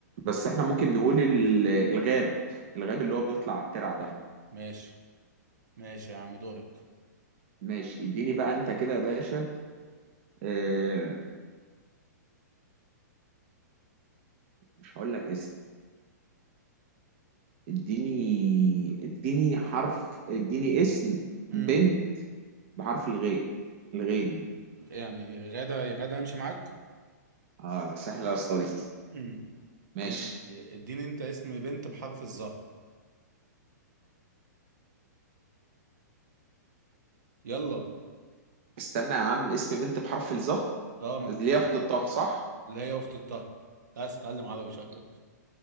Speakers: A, on the right (about 40°); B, on the right (about 75°).
A: بس احنا ممكن نقول ال- الغاب الغاب اللي هو بيطلع على الترع ده
B: ماشي ماشي يا عم دورك
A: ماشي اديني بقى انت كده يا باشا اه مش هقول لك اسم اديني اديني حرف اديني اسم بنت
B: امم
A: بحرف الغين الغين
B: يعني غدا غدا يمشي معاك
A: اه لا سهلة يا اسطى دي
B: امم
A: ماشي
B: ماشي اديني انت اسم بنت بحرف الظهر يلا
A: استنى يا عم اسم بنت بحرف الظه
B: اه مك...
A: اللي
B: آه،
A: هي اخت الطه صح
B: اللي هي اخت الطه انت عايز تتعلم عربي شكلك